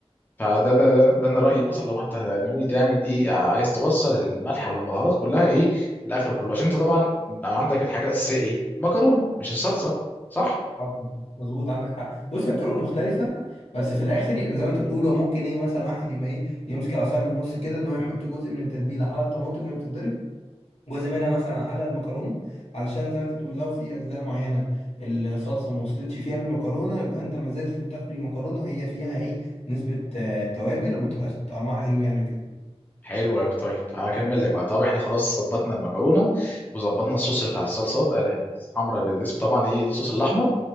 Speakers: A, on the left; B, on the left.
A: فده ده ده, ده انا رايي مثلا لو انت ناوي تعمل ايه آه، عايز توصل الملح والبهارات كلها ايه الاكل كله عشان انت طبعا عندك الحاجه الاساسيه ايه المكرونه مش الصلصه صح
B: حصل مظبوط عندك حق بص هي طرق مختلفة بس في الآخر يعني زي ما أنت بتقول هو ممكن إيه مثلا واحد يبقى إيه يمسك العصاية من النص كده إن هو يحط جزء من التتبيلة على الطماطم وهي بتتضرب جزء منها مثلا على المكرونة علشان زي ما أنت بتقول لو في أجزاء معينة الصلصة ما وصلتش فيها للمكرونة يبقى أنت ما زلت بتاكل المكرونة وهي فيها إيه نسبة آه، توابل وما تبقاش طعمها حلو يعني كده
A: حلو قوي طيب هكمل لك بقى طب احنا خلاص ظبطنا المكرونه وظبطنا الصوص بتاع الصلصات آه، يعني الحمراء بالاسم طبعا ايه الصوص الاحمر